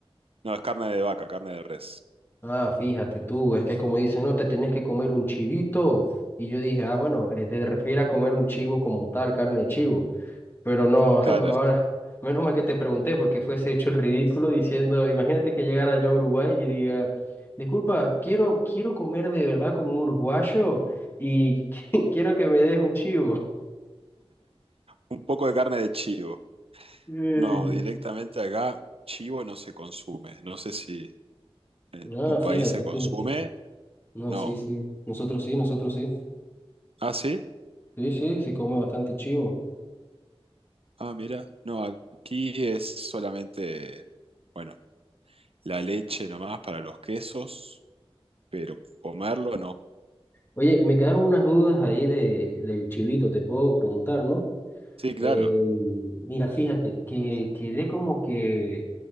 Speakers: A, on the right (about 70°); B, on the left (about 20°).
A: no es carne de vaca, carne de res.
B: Ah, fíjate tú, es que como dicen, no, te tienes que comer un chivito. Y yo dije, ah, bueno, eh, se refiere a comer un chivo como tal, carne de chivo. Pero no, <laughs>
A: Claro,
B: ahora, menos mal que te pregunté porque fuese hecho el ridículo diciendo, imagínate que llegara yo a Uruguay y diga, disculpa, quiero, quiero comer de verdad como un uruguayo y <laughs> quiero que me des un chivo.
A: un poco de carne de chivo.
B: Mm.
A: No, directamente acá chivo no se consume. No sé si en
B: No,
A: tu país
B: fíjate,
A: se consume.
B: fíjate. No,
A: No.
B: sí, sí. Nosotros sí, nosotros sí.
A: ¿Ah, sí?
B: Sí, sí, se come bastante chivo.
A: Ah, mira. No, aquí es solamente, bueno, la leche nomás para los quesos, pero comerlo no.
B: Oye, me quedaron unas dudas ahí de, del chivito, te puedo preguntar, ¿no?
A: Sí, claro.
B: Eh, mira, fíjate, que quedé como que